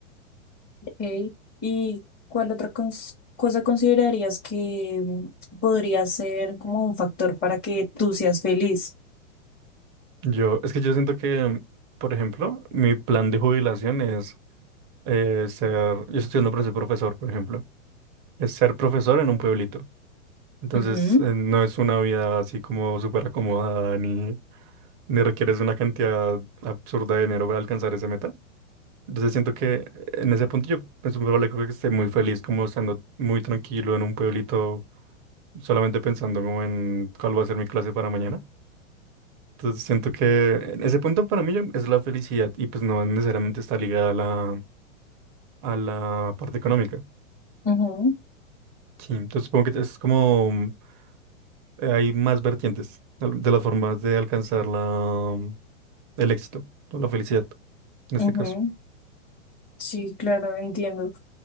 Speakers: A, on the left; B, on the right.
A: Ok. ¿Y cuál otra cons- cosa considerarías que mm, podría ser como un factor para que tú seas feliz?
B: Yo, es que yo siento que, por ejemplo, mi plan de jubilación es eh, ser, yo estoy estudiando para ser profesor, por ejemplo, es ser profesor en un pueblito. Entonces,
A: Ujú.
B: eh, no es una vida así como súper acomodada, ni, ni requieres una cantidad absurda de dinero para alcanzar esa meta. Entonces, siento que en ese punto yo es muy probable que esté muy feliz, como estando muy tranquilo en un pueblito, solamente pensando como en cuál va a ser mi clase para mañana. Entonces, siento que en ese punto para mí ya es la felicidad y pues no necesariamente está ligada a la, a la parte económica.
A: Ujú,
B: Sí, entonces supongo que es como mm, eh, hay más vertientes al- de las formas de alcanzar la, mm, el éxito o la felicidad en este
A: ujú.
B: caso.
A: Sí, claro, entiendo.